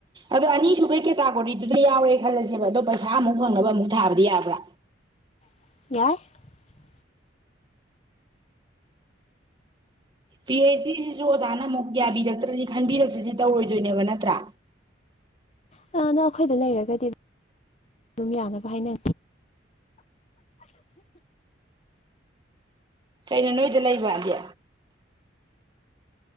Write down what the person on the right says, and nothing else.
ꯑꯗ ꯑꯅꯤꯁꯨꯨꯕꯦꯛ ꯀꯦ ꯇꯥꯒꯣ ꯋꯥꯔꯤ ꯑꯗꯨꯗ ꯌꯥꯎꯔꯦ ꯈꯜꯂꯁꯦꯕ ꯑꯗꯣ ꯄꯩꯁꯥ ꯑꯃꯨꯛ ꯐꯪꯅꯕ ꯑꯃꯨꯛ ꯊꯥꯕꯗꯤ ꯌꯥꯕ꯭ꯔꯥ
ꯄꯤ ꯑꯩꯩꯆ ꯗꯤꯁꯤꯁꯨ ꯑꯣꯖꯥꯅ ꯑꯃꯨꯛ ꯌꯥꯕꯤꯔꯛꯇ꯭ꯔꯗꯤ ꯈꯟꯕꯤꯔꯛꯇ꯭ꯔꯗꯤ ꯇꯧꯔꯣꯏꯗꯣꯏꯅꯦꯕ ꯅꯠꯇ꯭ꯔꯥ
ꯀꯩꯅꯣ ꯅꯣꯏꯗ ꯂꯩꯕꯗꯤ